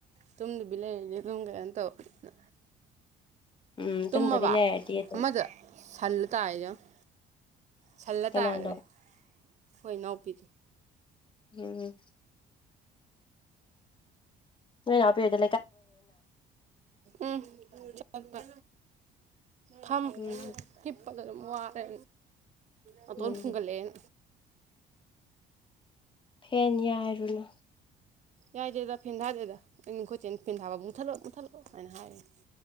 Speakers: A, on the right (about 45°); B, on the left (about 30°).
A: ꯇꯨꯝꯗꯕꯤ ꯂꯩꯔꯗꯤ ꯑꯗꯨꯝ ꯀꯩꯅꯣ ꯇꯧꯅ
B: ꯎꯝ
A: ꯇꯨꯝꯃꯕ
B: ꯇꯨꯝꯗꯕꯤ ꯂꯩꯔꯗꯤ ꯑꯗꯨꯝ
A: ꯑꯃꯗꯣ ꯁꯜꯂ ꯇꯥꯖꯦ ꯌꯦꯡꯉꯣ ꯁꯜꯂ
B: ꯀꯅꯥꯅꯣ
A: ꯇꯥꯒ꯭ꯔꯦ ꯈꯣꯢ ꯏꯅꯥꯎꯄꯤꯖꯤ
B: ꯎꯝ ꯅꯣꯢ ꯅꯅꯥꯎꯕꯤꯗ
A: ꯎꯝ ꯆꯠꯄ ꯐꯝ
B: ꯎꯝ
A: ꯍꯤꯞꯄꯗ ꯑꯗꯨꯝ ꯋꯥꯔꯦ ꯅꯇꯣꯟ
B: ꯎꯝ
A: ꯐꯨꯡꯒꯠꯂꯛꯑꯦ
B: ꯐꯦꯟ ꯌꯥꯏꯔꯨꯅꯣ
A: ꯌꯥꯏꯗꯦꯗ ꯐꯦꯟ ꯊꯥꯗꯦꯗ ꯑꯩꯅ ꯑꯩꯈꯣꯢ ꯆꯦꯅ ꯐꯦꯟ ꯊꯥꯕ ꯃꯨꯊꯠꯂꯣ ꯃꯨꯊꯠꯂꯣ ꯍꯥꯏꯅ ꯍꯥꯏꯔꯤꯅꯦ